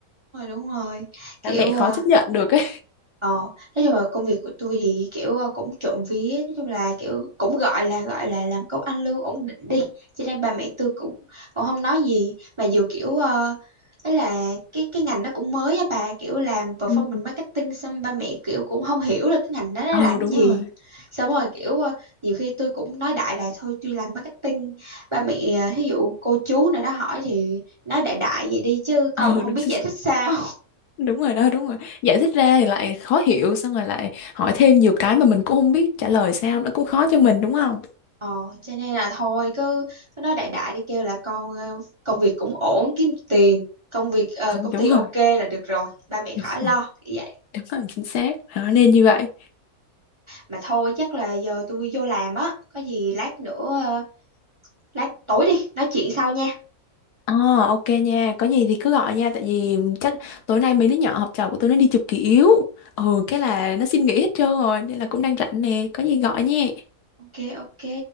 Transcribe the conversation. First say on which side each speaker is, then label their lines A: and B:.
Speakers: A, on the right; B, on the left.
A: rồi đúng rồi kiểu
B: ba mẹ khó
A: ờ,
B: chấp nhận được ấy
A: Ờ, nói chung là công việc của tôi thì kiểu ờ, cũng trộm vía nói chung là kiểu cũng gọi là gọi là làm công ăn lương ổn định đi cho nên bà mẹ tôi cũng cũng không nói gì mà dù kiểu uh, ấy là cái cái ngành nó cũng mới á bà kiểu làm performance
B: Ừ.
A: marketing xong ba mẹ kiểu cũng không hiểu là cái ngành
B: <laughs>
A: đó nó
B: ừ
A: làm cái
B: đúng
A: gì
B: rồi
A: xong rồi kiểu ờ, nhiều khi tôi cũng nói đại là thôi tôi làm marketing ba mẹ ờ, thí dụ cô chú nào đó hỏi thì nói đại đại vậy đi chứ còn
B: ừ
A: không
B: đúng
A: biết giải thích sao
B: <laughs> đúng rồi đó đúng rồi giải thích ra thì lại khó hiểu xong rồi lại hỏi thêm nhiều cái mà mình cũng không biết trả lời sao nó cũng khó cho mình đúng không
A: Ờ, cho nên là thôi cứ, cứ nói đại đại đi kêu là con ờ, công việc cũng ổn kiếm tiền công việc ờ, công
B: đúng
A: ty ok
B: rồi
A: là được rồi ba mẹ
B: đúng
A: khỏi lo
B: rồi
A: vậy
B: đúng rồi chính xác đó, nên như vậy
A: mà thôi chắc là giờ tôi vô làm á có gì lát nữa ờ, lát tối đi nói chuyện sau nha
B: Ờ ok nha, có gì thì cứ gọi nha, tại vì chắc tối nay mấy đứa nhỏ học trò của tôi nó đi chụp kỷ yếu. Ừ, cái là nó xin nghỉ hết trơn rồi, nên là cũng đang rảnh nè, có gì gọi nhé.
A: ok ok